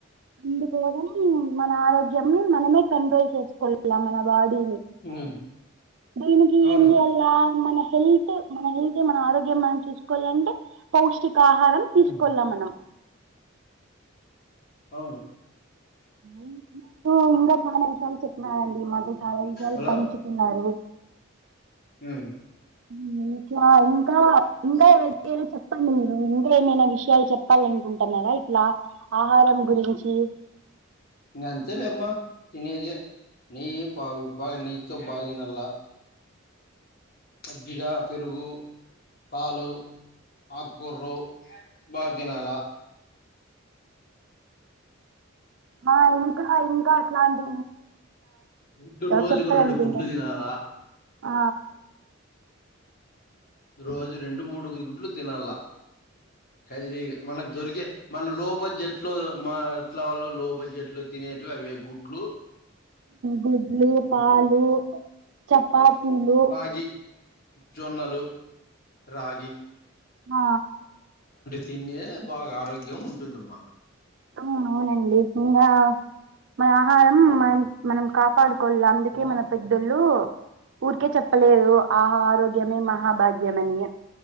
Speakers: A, on the right; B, on the left.
A: అందుకోసామ్ మన ఆరోగ్యంని మనమే కంట్రోల్ చేసుకోవాలీ మన బాడీ
B: హ్మ్.
A: దీనికి
B: అవును.
A: ఏం చేయాలా మన హెల్త్ మన హెల్త్ మన ఆరోగ్యం మనం చూసుకోవాలి అంటే పౌష ఆహారం తీసుకోల
B: హ్మ్.
A: మనం
B: అవును
A: ఇంగ చే చాలా అంషాలు చెప్పినారండి మాతో చాలా విషలు
B: హలో!
A: పంచుకున్నారు
B: మ్మ్
A: హ ఇలా ఇంకా ఇంకా ఎవరయితే చెప్ చెప్పండి మీరు ఇంకా ఏమైనా విషయాలు చెప్పాలనుకుంటన్నారా ఇట్లా ఆహారం గురించి
B: అంతెలేమ్మా తినేదె నెయ్యే పాలు బాగా నెయ్యి తో బ తినల్లా కోద్దిగా పెరుగు పాలు ఆకుకూరలు బతినాల
A: ఆ ఇంకా ఇంకా అట్లాంటి
B: గుడ్డు రోజుకు
A: చెప్పాలనుకుంటారు
B: రెండు గుడ్లు తినాలా
A: ఆ
B: రోజు రెండు మూడు గుడ్లు తినాల హెల్దీగా మనకు దొరికే మన లో బడ్జెట్ లో మా ఎట్లా వాళ్ళు లో బడ్జెట్ లో తినేటవి అవి గుడ్లు
A: గుడ్లు పాలు చప్ పాతిలు
B: రాగి జొన్నలు రాగి
A: ఆ
B: తిండే బాగా ఆరోగ్యం ఉంటందమ్మా
A: అవును అవునండి ఇంగా మ ఆహారం మనా మనం కాపాడు కొళ అందుకే
B: హలో
A: మన పెద్దలు ఊరికే చెప్ప చెప్పలేదు ఆహ ఆరోగ్యమే మహాభాగ్యమ అని